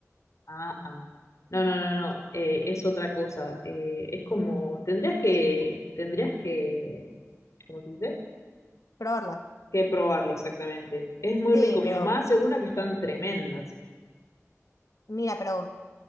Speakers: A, on the left; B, on the left.
A: Ah, ah. No, no, no, no,
B: Sí.
A: eh, es otra cosa. eh, es como, tendrías que, tendrías que, ¿cómo se dice?
B: Probarla.
A: que probarlo exactamente. Es muy
B: Sí,
A: rico. Mi
B: pero
A: mamá hace una que están tremendas.
B: mira, pero